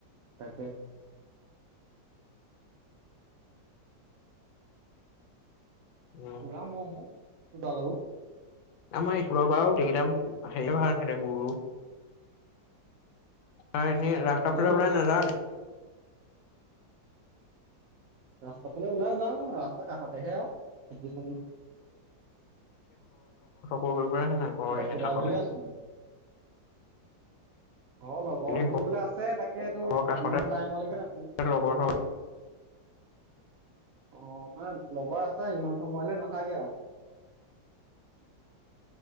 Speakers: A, on the right (about 90°); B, on the left (about 85°).
A: তাকে।
B: উম
A: পুৰা ম'হ দুতাল আৰু।
B: আমাৰ এইফৰ পৰা গোতেইকেইটা সে ভালছিলে গুৰু। অ' এনেই ৰাস্তা
A: অ ধেৰ
B: ফালে
A: ম'হ
B: ওলাই নযাৱ নেকি?
A: ৰাস্তা ফালে ওলাই যাওঁ, ৰা কাষতেহে আৰু।
B: কৰিবে নাই ঘৰ
A: মই এতিয়া
B: এনে
A: সুদা
B: কাষতে।
A: ভৰিয়ে আছো অ' লগৰ
B: এনে
A: বুলিবলে আছে। তাকে তোৰ
B: ঘৰৰ কাষতে
A: ইমান টাইমলৈকে নথাকো।
B: লগৰ চগৰ
A: অ' মানে লগৰ আছে ইমান সময়লৈ নাথাকে আৰু।